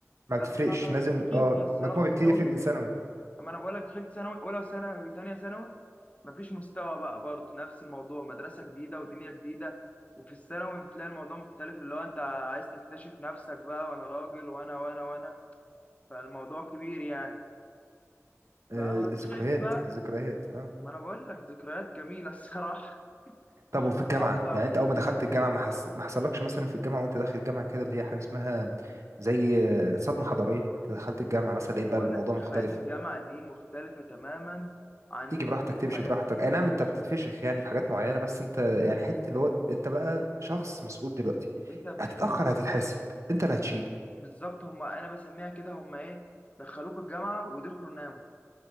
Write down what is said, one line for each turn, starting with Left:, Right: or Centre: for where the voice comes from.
Right: ما
Left: فشلت
Right: بتفرقش لازم أه
Left: الصراحه
Right: المجموع
Left: الثانوي
Right: بيبتدي يفرق من ثانوي
Left: اما انا بقول لك دخلت ثانوي اولى ثانوي وثانيه ثانوي مفيش مستوى بقى برضه نفس الموضوع مدرسه جديده ودنيا جديده وفي الثانوي بتلاقي الموضوع مختلف اللي هو انت عايز تكتشف نفسك بقى وانا راجل وانا وانا وانا فالموضوع كبير يعني
Right: آه،
Left: فدخلت
Right: ذكريات
Left: بقى
Right: ذكريات اه
Left: ما انا بقول لك ذكريات جميله <laughs> الصراحه
Right: طب
Left: وصحاب
Right: وفي الجامعة
Left: بقى
Right: يعني
Left: وكده
Right: انت اول ما دخلت
Left: فاهم
Right: الجامعة ما حس... ما حصلكش مثلا في الجامعة وانت داخل الجامعة كده اللي هي حاجة اسمها زي آه، صدمة حضارية انت دخلت الجامعة مثلا ايه
Left: أنا
Right: بقى
Left: بقول
Right: الموضوع
Left: لك حياه
Right: مختلف
Left: الجامعه دي مختلفه تماما عن
Right: تيجي براحتك تمشي
Left: حياه
Right: براحتك اي نعم انت بتتفشخ يعني في حاجات معينة بس انت يعني حتة اللي هو انت بقى شخص مسؤول دلوقتي
Left: انت بالن-
Right: هتتأخر هتتحاسب انت اللي هتشيل
Left: بالظبط هم انا بسميها كده هم ايه دخلوك الجامعه ودخلوا ناموا